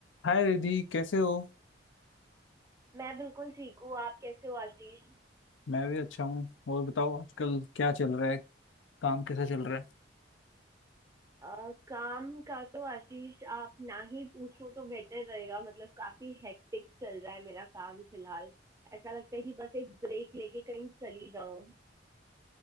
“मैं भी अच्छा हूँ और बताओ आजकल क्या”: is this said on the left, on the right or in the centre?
Left